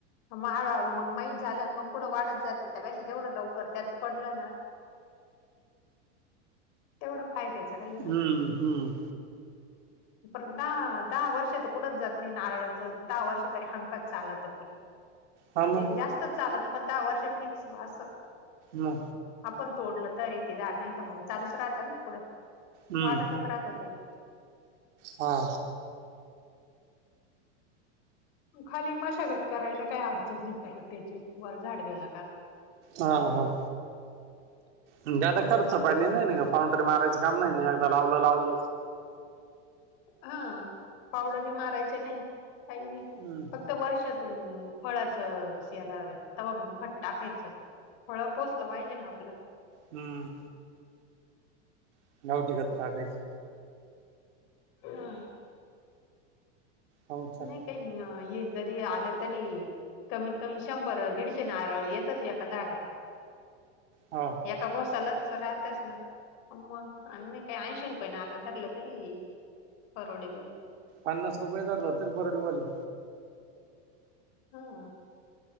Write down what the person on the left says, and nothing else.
मग हळूहळू मग माहीत झालं ना मग पुढं वाढत जातील. त्या पेक्षा जेवढं लवकर त्यात पडलं ना तेवढं फायद्याच राहील. ना.
परत दहा दहा वर्ष तर कुठच जात नाही नारळाचं. दहा वर्ष तरी हमखास चालतं.
म्हणजे
जास्तच चालत, पण दहा वर्ष फिक्स हो असं.
आपण तोडलं तरीही तेे झाड नाही तर मग चालूच राहतं ना.
वाढतच राहत ते.
तू खाली मशागत करायला काही अडचण नाही परत त्याची. वर झाड गेलं का.
हा पावडरी मारायच्या नाही, काही नाही.
फक्त वर्षातून फळाच याला तवा मग खत टाकायचं. फळं पोसलं पाहिजे ना आपलं.
हा.
नाही हे जरी आलं तरी कमीत कमी शंभर दीडशे नारळ येतच एका झाडाला.
एका घोसालाच राहतेच ना. अ मग आणि काही ऐंशी रुपये नारळ धरलं तरी परवडेबल.
हा.